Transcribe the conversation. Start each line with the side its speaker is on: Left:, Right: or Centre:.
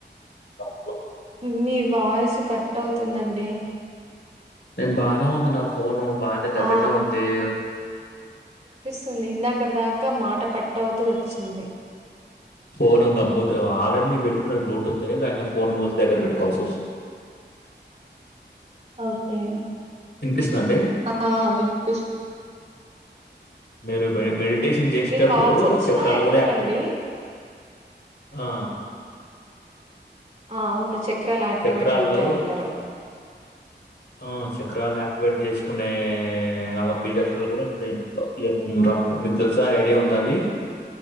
Left: <unintelligible>
Right: ఉమ్ మి వాయ్స్ కట్టవ్తుందండి.
Left: నేన్ బానే ఉంది న ఫోనూ బానే దగ్గర్నే
Right: ఆ!
Left: ఉంది.
Right: తుంది ఇందాకడ్ దాక మాట కట్టవ్తూ వచ్చింది.
Left: ఫోనుంగ మూత్ ఆల్రెడి నేన్ బెట్టుకున్నది బ్లూటూత్తే ఇగైనా ఫోన్ మూతి దగ్గర బెట్టుకోవాల్సొస్తుంద్
Right: ఒకే
Left: ఇనిపిస్తుందండి?
Right: ఆ విన్పిస్
Left: మీరు బె మెడిట్ టేషన్ చేష్టప్పుడూ
Right: కాల్స్ వచ్చినా
Left: చక్రాలు
Right: ఎత్తకండి.
Left: గూడా యాక్ట్ ఆ
Right: ఆ ఔను చక్రాల్యాక్టివేటవ్తయంటరు.
Left: చక్రాల్లో ఆ చక్రాల్యాక్టివేట్ జేస్కునే అ బీజక్షరాల్ గూడుంటయింట్లొ యమ్ రమ్ మిక్ తెల్సా ఐడియా ఉందవి